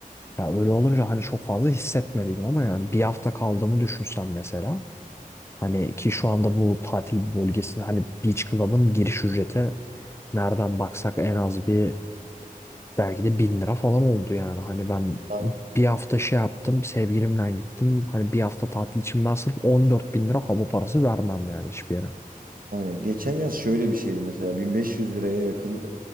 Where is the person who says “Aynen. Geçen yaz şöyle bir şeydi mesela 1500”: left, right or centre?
Right